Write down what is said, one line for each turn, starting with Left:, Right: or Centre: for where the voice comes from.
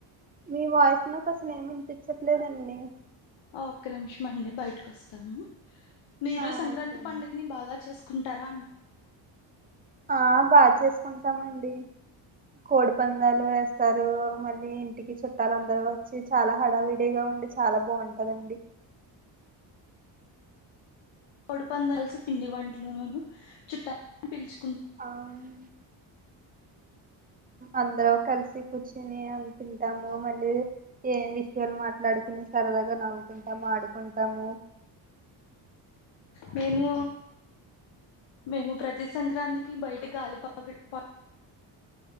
Right: మీ వాయిస్ నాకు అసలు ఏమి ఇనిపించట్లేదండి
Left: ఆహ్ ఒక్క నిమిషం మండి బయటకు వస్తాను. మీరు
Right: ఆ
Left: సంక్రాంతి
Right: ఓకే అండి
Left: పండుగని బాగా చేసుక్. కుంటారా అండి
Right: ఆహ్ బాచేసుకుంటామండి కోడి పందాలు వేస్తారు మళ్ళీ ఇంటికి చుట్టాలు అందరు వచ్చి చాలా హడావిడిగా ఉండి చాలా బావుటదండి.
Left: కోడి పందాల్స్ పిండి వంటలునును చుట్టాల్ని పిలుచు.
Right: ఆహ్ అందరు. కల్సి కూర్చుని అన్ని తింటాము మళ్ళీ. ఏ విషయాలు మాట్లాడుకుని సరదాగా నవ్వుకుంటాం ఆడు. ఉంటాము.
Left: మేమూ మేము ప్రతి సంక్రాంతి. కి బయట గాలి ప గ ల్ ప